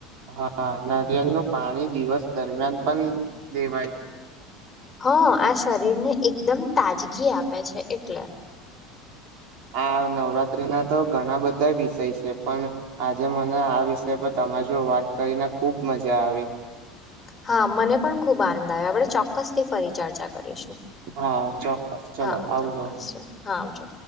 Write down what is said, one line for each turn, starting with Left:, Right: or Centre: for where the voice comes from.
Right: હા નારિયળ નું પાણી દિવસ દરમિયાન પણ લેવાય
Left: હા આ શરીરને એકદમ તાજગી આપે છે એટલે
Right: આ નવરાત્રીના તો ઘણા બધા વિષય છે પણ આજે મને આ વિષય પર તમારી જો વાત કરીને ખુબ મજા આવી.
Left: હા મને પણ ખુબ આનંદ આવ્યો આપણે ચોક્કસ થી ફરી ચર્ચા કરીશું.
Right: હા ચોક્કસ ચલો
Left: હા
Right: આવજો
Left: ચોક્કસ છે હા આવજો